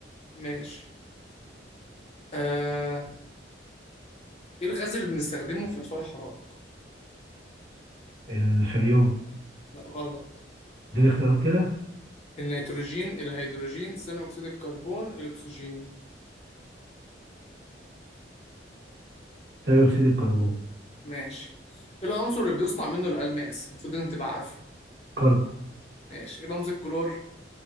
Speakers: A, on the left; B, on the right.
A: ماشي آه. ايه الغاز اللي بنستخدمه في اطفاء الحرائق
B: الفريون
A: لا غلط
B: دي اختيارات كده
A: النيتروجين الهيدروجين ثاني اكسيد الكربون الاكسجين
B: ثاني اكسيد الكربون
A: ماشي ايه العنصر اللي بيصنع منه الالماس المفروض انت تبقى عارفه
B: كربو
A: ماشي إيه رمز الكلور